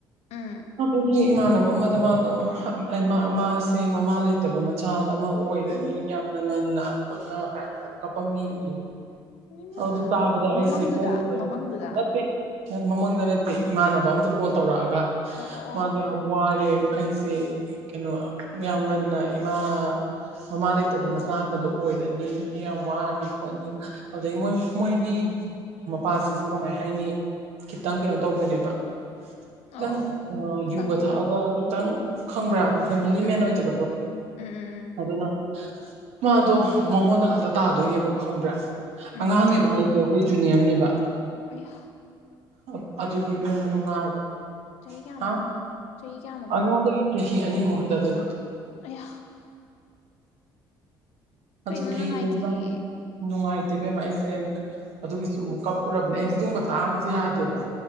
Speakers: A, on the left (about 65°); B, on the right (about 65°).
A: ꯎꯝ
B: ꯑꯗꯨꯒꯤ ꯏꯃꯥꯟꯅꯕ ꯑꯃꯗꯣ ꯃꯥꯗꯣ ꯍ ꯑꯩ ꯃꯥ ꯃꯥꯁꯦ ꯃꯃꯥ ꯂꯩꯇꯕ ꯃꯆꯥꯗ ꯑꯃ ꯑꯣꯏꯔꯅꯤ ꯌꯥꯝ ꯉꯟꯅ ꯈꯣꯠꯅ ꯀꯥꯏꯅ ꯀꯞꯄꯝꯃꯦꯌꯦ
A: ꯍꯩꯃꯥ
B: ꯑꯗꯨ ꯇꯥꯕꯗ ꯑꯩꯁꯦ
A: ꯃꯃꯪꯗꯨꯗ
B: ꯀꯣꯛꯇ
A: ꯃꯃꯪꯗꯨꯗ
B: ꯅꯠꯇꯦ ꯍꯦꯛ ꯃꯃꯥꯡꯗ ꯅꯠꯇꯦ ꯏꯃꯥꯟꯅꯕ ꯑꯃꯗ ꯀꯣꯜ ꯇꯧꯔꯛꯑꯒ
A: ꯑꯣ ꯑꯣ
B: ꯃꯥꯗꯣ
A: ꯑꯣ
B: ꯌꯥꯝ ꯋꯥꯔꯦ ꯑꯩꯁꯦ ꯀꯩꯅꯣ ꯌꯥꯝ ꯉꯟꯅ ꯏꯃꯥ ꯃꯃꯥ ꯂꯩꯇꯕ ꯃꯆꯥ ꯑꯃꯗꯣ ꯑꯣꯏꯔꯅꯤ ꯑꯩ ꯌꯥꯝ ꯋꯥꯔꯅꯤ ꯈꯣꯠꯅꯤ ꯑꯗꯒꯤ ꯃꯣꯏ ꯃꯣꯏꯒꯤ ꯃꯄꯥꯁꯤꯁꯨ ꯀꯃꯥꯏ ꯍꯥꯏꯅꯤ ꯈꯤꯇꯪ ꯀꯩꯅꯣ ꯇꯧꯕꯅꯦꯕ
A: ꯑꯣ
B: ꯈꯤꯇꯪ ꯑ
A: ꯈꯪꯉꯦ
B: ꯌꯨꯒ ꯊꯛꯑꯒ
A: ꯈꯪꯉꯦ
B: ꯈꯤꯇꯪ ꯈꯪꯕ꯭ꯔꯥ ꯐꯦꯃꯤꯂꯤ
A: ꯎꯝ
B: ꯃꯦꯟ
A: ꯎꯝ
B: ꯑꯣꯏꯗꯕꯗꯣ
A: ꯎꯝ ꯎꯝ
B: ꯑꯗꯨꯅ ꯃꯥꯗꯣ ꯃꯉꯣꯟꯗ ꯉꯥꯛꯇ ꯇꯥꯗꯣꯏꯅꯦꯕ ꯈꯪꯕ꯭ꯔꯥ
A: ꯎꯝ
B: ꯑꯉꯥꯡꯅꯦꯕ ꯍꯥꯏꯁꯦ ꯑꯩꯈꯣꯏ ꯖꯨꯅꯤꯌꯔꯅꯦꯕ
A: ꯑꯩꯌꯥ
B: ꯑꯞ ꯑꯗꯨꯗꯤ ꯏꯕꯦꯝꯃ ꯅꯨꯡꯉꯥꯢ
A: ꯆꯍꯤ ꯀꯌꯥꯃꯨꯛꯅꯣ
B: ꯍꯥ
A: ꯆꯍꯤ ꯀꯌꯥꯃꯨꯛꯅꯣ
B: ꯑꯩꯉꯣꯟꯗꯒꯤ ꯏꯟꯆꯤ ꯑꯅꯤꯃꯨꯛ ꯍꯟꯗꯗꯣꯏꯕ
A: ꯑꯩꯌꯥ ꯀꯩꯅꯣ
B: ꯑꯗꯨꯒꯤ
A: ꯅꯨꯡꯉꯥꯏꯇꯤꯌꯦ
B: ꯕꯨꯡꯒ ꯅꯨꯡꯉꯥꯏ ꯏꯕꯦꯝꯃ ꯑꯩꯁꯦ ꯑꯗꯨꯒꯤꯁꯨ ꯑꯃꯨꯛ ꯀꯞꯄꯨꯔꯕꯅꯦ ꯑꯩꯖꯦ ꯑꯗꯨꯒꯨꯝꯕ ꯇꯥꯕꯖꯦ ꯌꯥꯗꯦꯕꯥ